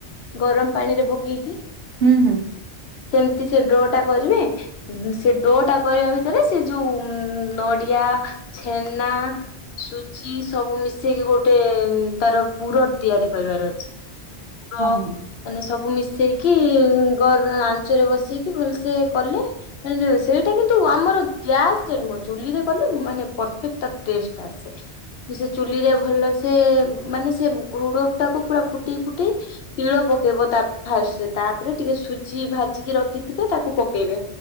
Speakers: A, on the left (about 70°); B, on the right (about 85°).
A: ଗରମ ପାଣି ରେ ପକେଇକି
B: ହୁଁ ହୁଁ
A: ସେମତି ସେ ଡ୍ରୋ ଟା କରିବେ ସେ ଡୋ ଟା କରିବା ଭିତରେ ସେ ଯୋଉ ନଡିଆ, ଛେନା ସୁଜି ସବୁ ମିଶେଇକି ଗୋଟେ ତାର ପୁରଟ ତିଆରି କରିବାର ଅଛି ଗୁଡ
B: ହଁ
A: ମାନେ ସବୁ ମିଶେଇକି ଘର ଆଞ୍ଚରେ ବସେଇକି ଭଲସେ କଲେ ମାନେ ସେଇଟା କିନ୍ତୁ ଆମର ଗ୍ୟାସ ରେ ନୁହଁ ଚୁଲିରେ ଗଲେ ମାନେ ପରଫେକ୍ଟ ତାର ଟେଷ୍ଟ ଟା ଆସେ ସେ ଚୁଲି ରେ ଭଲ ସେ ମାନେ ସେ ଘୋଡ ଟାକୁ ପୁରା ଫୁଟେଇ ଫୁଟେଇ ତିଳ ପକେଇବ ତା ଫାଷ୍ଟରେ ତାପରେ ଟିକେ ସୁଜି ଭାଜିକି ରଖିଥିବେ ତାକୁ ପକେଇବେ।